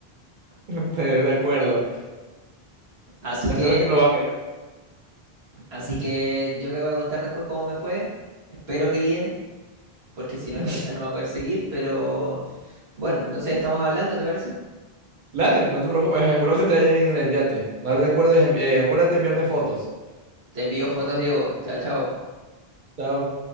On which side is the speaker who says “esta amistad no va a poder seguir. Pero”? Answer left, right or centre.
Right